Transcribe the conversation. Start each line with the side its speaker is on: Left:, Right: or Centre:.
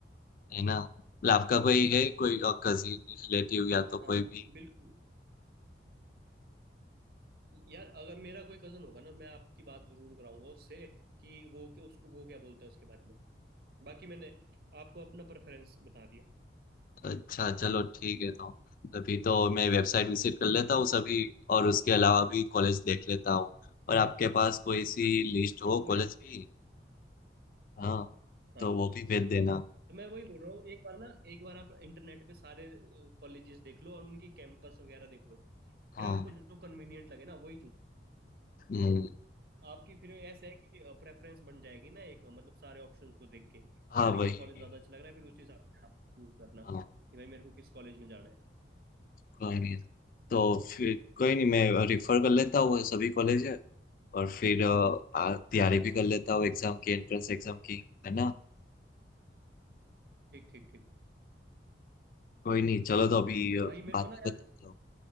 Left: है ना मतलब आपका कोई है कोई कजिन रिलेटिव या तो
Right: हाँ
Left: कोई भी
Right: बिल्कुल यार अगर मेरा कोई कजन होगा ना मैं आपकी बात जरूर कराऊंगा उससे कि वो के उसको वो क्या बोलता है उसके बारे में बाकी मैंने आपको अपना प्रेफरेंस बता दिया
Left: अच्छा चलो ठीक है तो अभी तो मैं वेबसाइट विजिट कर लेता हूँ सभी और उसके अलावा भी कॉलेज देख लेता हूँ और आपके पास कोई सी लिस्ट हो
Right: हाँ मैं
Left: कॉलेज की हाँ
Right: हाँ
Left: तो वो भी भेज देना
Right: तो मैं वही बोल रहा हूँ एक बार ना एक बार आप इंटरनेट पे सारे कॉलेजेस देख लो और उनकी कैंपस वगैरह देख लो
Left: हाँ
Right: फिर आपको जो कन्वीनियंट लगे ना वही चूज
Left: हम्म,
Right: आपकी फिर ऐसा है कि प्रेफरेंस बन जाएगी ना एक मतलब सारे ऑप्शंस को देख के कि
Left: हाँ
Right: यार
Left: वही
Right: ये कॉलेज
Left: वही,
Right: ज्यादा अच्छा लग रहा है फिर उसी हिसाब से आप चूज करना
Left: हाँ
Right: कि भाई मेरे को किस कॉलेज में जाना है
Left: कोई नहीं तो फिर कोई नहीं मैं रिफर कर लेता हूँ वो सभी कॉलेज है, और फिर अ, आ- तैयारी भी कर लेता हूँ एग्जाम की एंट्रेंस एग्जाम की है ना
Right: ठीक ठीक ठीक
Left: कोई नहीं चलो तो अभी अ,
Right: भाई
Left: बाद
Right: मेरे को ना
Left: में
Right: यार
Left: बताता हूँ